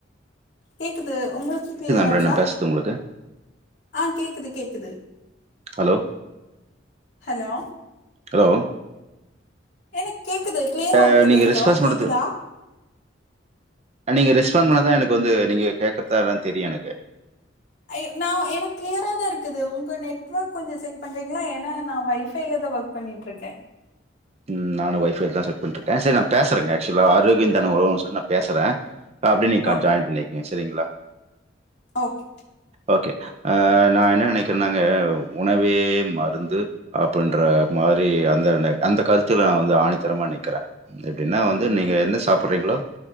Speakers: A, on the left (about 60°); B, on the right (about 35°).
A: கேக்குது ஒங்ளுக்கு கிளியரா
B: மேடம்
A: இருக்கா?
B: நான் பேசுறது உங்களுக்கு
A: ஆஹ் கேக்குது கேக்குது
B: ஹலோ
A: ஹலோ
B: ஹலோ
A: எனக்கு கேக்குது கிளியரா இருக்குது
B: அஹ், நீங்க
A: ஹலோ
B: ரெஸ்பான்ஸ் பண்ணுறது
A: கேக்குதா?
B: நீங்க ரெஸ்பாண்ட் பண்ணாதா எனக்கு வந்து நீங்க கேக்றதா என்னனு தெரியு எனக்கு
A: அய்யோ நா எனக் கிளியரா தா இருக் குது ஒங்க நெட்வொர்க் கொஞ்ஜோ செக் பண்றீங்ளா? ஏன்னா நா வைஃபைவ்ல தா ஒர்க் பண்ணிட்ருக்கே.
B: உம் நானு வைஃபைவ்ல தா செட் பண்ணிட்ருக்கே சரி நா பேசறேங்க ஆக்சுவலா ஆரோக்யோ தன உணவு சொல்ட் நா பேசறே அப்டி நீங்கா
A: ஓகே
B: ஜாயின் பண்ணிக்கங்க சரிங்ளா?
A: ஓகே
B: ஓகே அஹ நா என்ன நெனைக்கிறேனாங்க உணவே மருந்து அப்டின்ற மாரி அந்த அந்த கருத்துல நா வந்து ஆணித்தரமா நிக்கிறே எப்டின்னா வந்து நீங்க என்ன சாப் ட்றீங்களோ